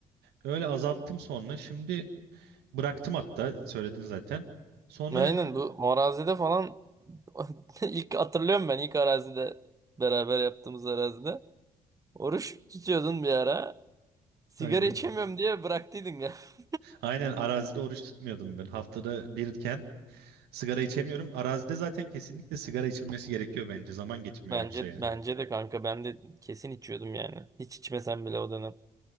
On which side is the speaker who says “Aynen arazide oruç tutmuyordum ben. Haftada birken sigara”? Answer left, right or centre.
Right